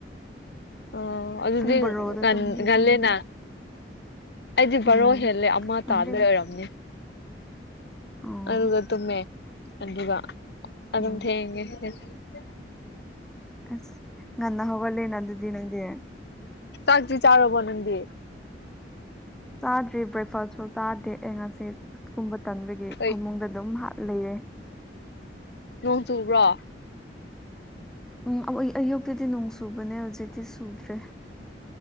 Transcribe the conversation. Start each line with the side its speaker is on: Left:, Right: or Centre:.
Left: ꯑꯣ ꯑꯗꯨꯗꯤ
Centre: ꯄꯨꯡ ꯕꯔꯣꯗ
Left: ꯉꯟ
Centre: ꯇꯨꯝꯗꯤ
Left: ꯉꯜꯂꯦꯅ
Centre: ꯇꯨꯝꯕ
Left: ꯑꯩꯗꯤ
Centre: ꯎꯝ
Left: ꯕꯥꯔꯣ ꯍꯦꯜꯂꯦ ꯑꯃ
Centre: ꯉꯟꯗꯦꯗ
Left: ꯇꯥꯗ ꯑꯣꯏꯔꯝꯅꯤ
Centre: ꯑꯣ
Left: ꯑꯗꯨꯒ ꯇꯨꯝꯃꯦ ꯑꯗꯨꯒ ꯑꯗꯨꯝ
Centre: ꯎꯝ
Left: ꯊꯦꯡꯉꯦ ꯏ <unintelligible>
Centre: ꯑꯁ ꯅꯥꯟ ꯍꯒꯂꯦ ꯅ ꯑꯗꯨꯗꯤ ꯅꯪꯦ
Left: ꯆꯥꯛꯔꯤ ꯆꯥꯔꯣ ꯟꯗꯦ
Centre: ꯆꯥꯗ꯭ꯔꯤ ꯕ꯭ꯔꯦꯛꯐꯥꯁꯁꯨ ꯆꯥꯗꯦ ꯑꯩ ꯉꯁꯤ ꯀꯨꯝꯕ ꯇꯟꯕꯒꯤ
Left: ꯀꯩ
Centre: ꯐꯃꯨꯡꯗ ꯑꯗꯨꯝ ꯍꯥꯠ ꯂꯩꯔꯦ
Left: ꯅꯣꯡ ꯆꯨꯕ꯭ꯔꯣ
Centre: ꯎꯝ ꯑꯌꯨꯛꯇꯗꯤ ꯅꯣꯡ ꯆꯨꯕꯅꯦ ꯍꯧꯖꯤꯛꯇꯤ ꯆꯨꯗ꯭ꯔꯦ